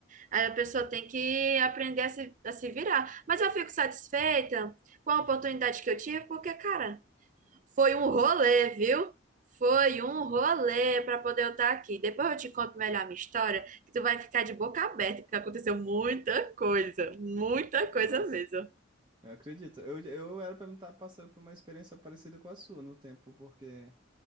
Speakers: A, on the right; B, on the right.
A: Aí a pessoa tem que aprender a se, a se virar. Mas eu fico satisfeita com a oportunidade que eu tive, porque, cara, foi um rolê, viu? Foi um rolê para poder eu estar aqui. Depois eu te conto melhor a minha história, que tu vai ficar de boca aberta, porque aconteceu muita coisa, muita coisa
B: Nossa,
A: mesmo.
B: eu acredito. Eu, eu era pra me estar passando por uma experiência parecida com a sua no tempo, porque